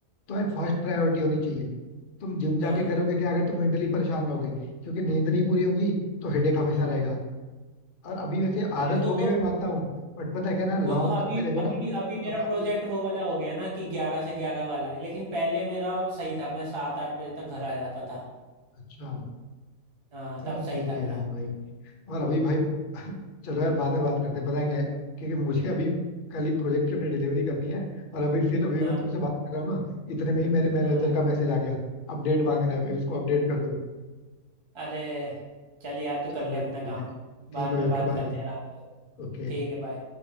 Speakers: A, on the left (about 60°); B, on the right (about 30°).
A: तुम्हें फर्स्ट प्रायोरिटी होनी चाहिए तुम जिम जाके
B: हाँ
A: करोगे क्या अगर तुम मेंटली परेशान रहोगे क्योंकि नींद नहीं पूरी होगी तो हेडेक हमेशा रहेगा और अभी वैसे
B: अरे
A: आदत हो
B: वो
A: गई
B: तो
A: मैं मानता हूँ बट पता है क्या ना लॉन्ग
B: वो तो अभी
A: टर्म पे देखो
B: अभी
A: ना
B: अभी मेरा
A: तो काफी
B: प्रोजेक्ट वो वाला हो गया ना कि ग्यारह से ग्यारह वाला है लेकिन पहले मेरा सही था मैं सात आठ बजे तक घर आ जाता था
A: अच्छा
B: हाँ
A: नहीं
B: तब सही
A: ठीक
B: था
A: है
B: मेरा
A: यार भाई और अभी भाई <laughs> चलो यार बाद में बात करते हैं पता है क्या है क्योंकि मुझे अभी कल ही प्रोजेक्ट की अपनी डिलीवरी करनी है और अभी फिर अभी
B: हाँ
A: मैं तुमसे बात कर रहा हूँ ना इतने में ही मेरे मैनेजर
B: हाँ
A: का मैसेज आ गया अपडेट मांग रहा है भाई उसको अपडेट कर दूँ
B: अरे चल यार तू
A: चलो
B: कर ले अपना
A: ठीक
B: काम
A: है ठीक
B: बाद
A: है
B: में
A: भाई ओके
B: बात
A: बाय
B: करते हैं आराम से
A: ओके
B: ठीक है बाय